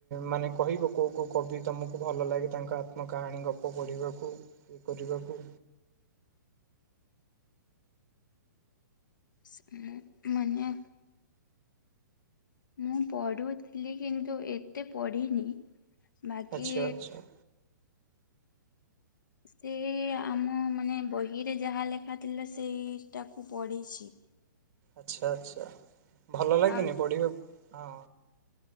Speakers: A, on the right; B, on the left.
A: ମାନେ କହିବ କୋଉ କୋଉ କବି ତମକୁ ଭଲ ଲାଗେ ତାଙ୍କ ଆତ୍ମା କାହାଣୀ ଗପ ପଢ଼ିବାକୁ ଇଏ କରିବାକୁ।
B: ସିଏ ମାନେ। ମୁଁ ପଢୁଥିଲି କିନ୍ତୁ ଏତେ ପଢିନି ବାକି
A: ଆଚ୍ଛା ଆଚ୍ଛା
B: ସେ ଆମ ମାନେ ବହିରେ ଯାହା ଲେଖା ଥିଲା ସେଇଟାକୁ ପଢ଼ିଛି।
A: ଆଚ୍ଛା ଆଚ୍ଛା ଭଲ ଲାଗେନି
B: ଆଉ
A: ପଢିବାକୁ ହଁ।